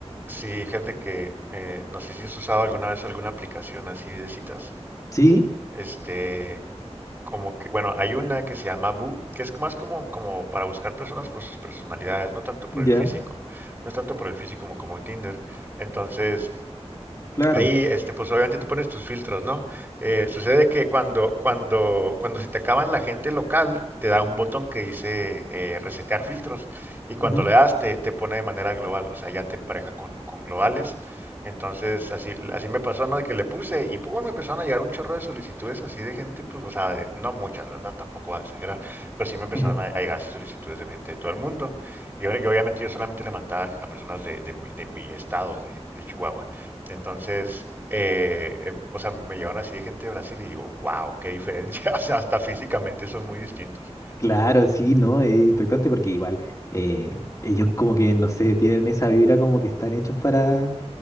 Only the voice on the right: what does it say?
Sí, fíjate que eh, no sé si has usado alguna vez alguna aplicación así de citas.
Este, como que, bueno, hay una que se llama Boo, que es más como, como para buscar personas por sus personalidades, no tanto por
el físico, no es tanto por el físico como, como Tinder. Entonces,
Ahí, este, pues obviamente tú pones tus filtros, ¿no? Eh, sucede que cuando, cuando, cuando se te acaban la gente local, te da un botón que dice eh, resetear filtros y cuando
le das te, te pone de manera global, o sea, ya te empareja con, con globales. Entonces, así, así me pasó, ¿no? De que le puse y pues me empezaron a llegar un chorro de solicitudes así de gente, pues, o sea, de- no muchas, ¿verdad? Tampoco voy a exagerar, pero sí me empezaron
a, a llegar así solicitudes de gente de todo el mundo. Y yo, yo, obviamente yo solamente le mandaba a personas de, de mi, de mi estado, de de Chihuahua. Entonces, eh, em- o sea, me llevan así de gente de Brasil y digo, wow, qué diferencia. <laughs> O sea, hasta físicamente son muy distintos.